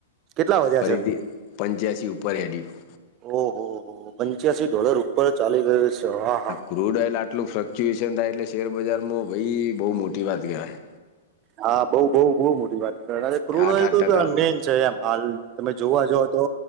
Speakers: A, on the right; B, on the left.
A: કેટલા વધ્યા
B: ફરીથી
A: છે
B: પંચ્યાસી ઉપર હેડયું.
A: ઓહો હો પંચ્યાસી ડોલર ઉપર ચાલી ગયું છે હા હા
B: ફ્રૂડ ઓઇલ આટલું ફ્લક્ચ્યુએશન થાય એટલે શેરબજારમાં ભાઈ બહુ મોટી વાત કહેવાય.
A: હા બઉુ બહુ બહુ મોટી વાત. ક્રૂડ
B: આઠ
A: ઓયલ
B: આઠ
A: તો
B: ટકા
A: મેઈન છે એમ હાલ તમે જોવા જા તો